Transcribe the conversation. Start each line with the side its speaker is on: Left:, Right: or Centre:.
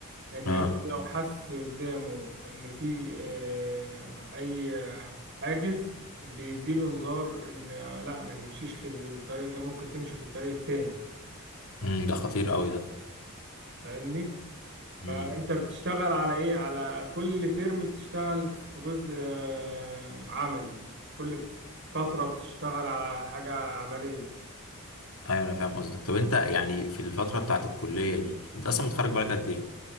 Right: ان
Left: اه
Right: هو لو حس قدامه ان في آه، اي حاجز بيديله انذار ان آه، لا ما تمشيش في الطريق ده ممكن تمشي في الطريق التاني
Left: مم. ده خطير قوي ده
Right: فاهمني
Left: مم.
Right: فانت بتشتغل على ايه على كل ترم بتشتغل في جزء آه، عملي كل فترة بتشتغل على حاجة عملية
Left: ايوه انا فاهم قصدك طب انت يعني في الفتره بتاعت الكليه دي انت اصلا متخرج بقالك قد ايه